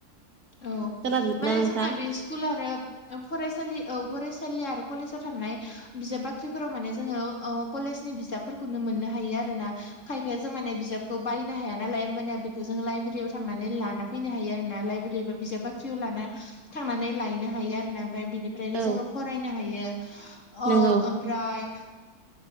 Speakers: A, on the left (about 50°); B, on the right (about 65°).
A: औ
B: खोनादोंना
A: माने
B: नोंथां
A: जोंना बे स्कुल आरो फरायसालि औ फरायसालि आरो कलेजाव थांनाय बिजाब बाख्रिफोराव माने जोङो ओ कलेजनि बिजाबफोरखौनो मोननो हायो आरो ना खायफाया जों माने बिजाबखौ बायनो हाया नालाय होमबानिया बेखौ जों लाइब्रेरियाव थांनानै लाना फैनो हायो आरोना लाइब्रेरि बिजाब बाख्रियाव लाना थांनानै लायनो हायो आरोना ओमफ्राय बिनिफ्रायनो
B: औ
A: जोङो फरायनो हायो
B: नंगौ
A: औ ओमफ्राय